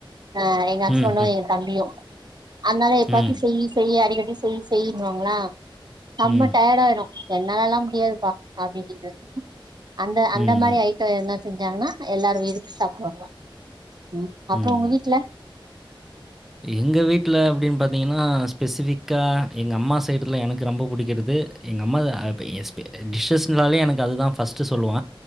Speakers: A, on the right (about 50°); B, in the centre.
A: ஆ எங்க
B: ம்.
A: ஹஸ்பண்டு எ தம்பியு அதனால எப்பாச்சு
B: ம். ம்.
A: செய் செய் அடிக்கடிசெய் செய்யினுவாங்களா செம்ம
B: ம்.
A: டயாட் ஆயிடு என்னாலல்லா முடியாதுப்பா அப்டின்னிடுவ அந்த அந்த
B: ம்.
A: மாரி
B: ம்.
A: ஆ டு என்னா செஞ்சாங்கன்னா எல்லாரு விரும்பி சாப்புடுவாங்க ம் அப்புறோ
B: ம்.
A: உங்க வீட்ல
B: எங்க வீட்ல அப்டின்னு பாத்திங்கனா ஸ்பெசிஃபிக்கா எங்க அம்மா செய்ரதுல எனக்கு ரொம்ப புடிக்கறது எங் அம்மா எப் எஸ் பி டிஷ்ஷஸ்னாலயே எனக்கு அது தா ஃபர்ஸ்ட்டு சொல்லுவ